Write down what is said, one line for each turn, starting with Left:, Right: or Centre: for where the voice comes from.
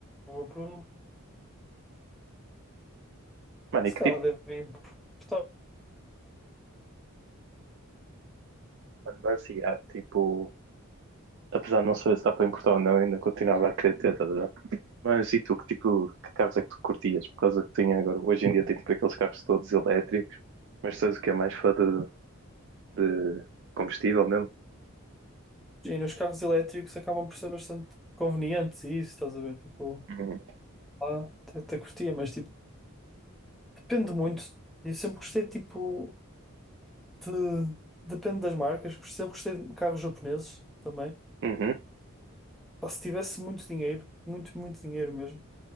Centre: boa pergunta.
Right: Mano,
Centre: Se
Right: e que
Centre: calhar
Right: tipo,
Centre: devem importar.
Right: mano, mas yeah, tipo, apesar de não saber se dá para importar ou não, ainda continuava a querer ter, tá, tá, tá. Mas e tu, que tipo, que carros é que tu curtias? Por causa que tem agora, hoje em dia tem tipo aqueles carros todos elétricos, mas tu és o que é mais fã de, de combustível mesmo?
Centre: E nos carros elétricos acabam por ser bastante convenientes, e isso, estás a ver? Tipo,
Right: Uhum,
Centre: lá até, até curtia, mas tipo, depende muito. Eu sempre gostei, tipo. de- depende das marcas. Gostei, Eu gostei de carros japoneses também.
Right: uhum,
Centre: Pá, se tivesse muito dinheiro, muito, muito dinheiro mesmo,